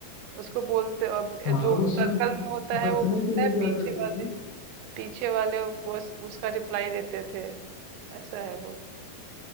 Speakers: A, on the right (about 85°); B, on the left (about 70°).
A: उसको बोलते अब ए-
B: हाँ
A: जो
B: अब उसमें
A: सर्कल में होता है
B: बचने
A: वो बोलता
B: के लिए
A: है
B: क्या
A: पीछे
B: करते
A: वाले
B: थे
A: पीछे वाले बस उसका रिप्लाई देते थे ऐसा है वो